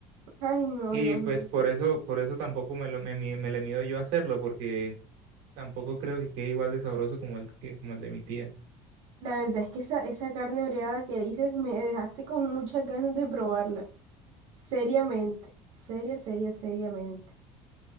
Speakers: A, on the right (about 65°); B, on the right (about 80°).
A: Ay, no,
B: Y
A: Dios
B: pues
A: mío.
B: por eso, por eso tampoco me lo, me, mi- me le mido yo a hacerlo, porque tampoco creo que quede igual de sabroso como el que, como el de mi tía.
A: La verdad es que esa, esa carne oreada que dices me dejaste con muchas ganas de probarla. Seriamente, seria, seria, seriamente.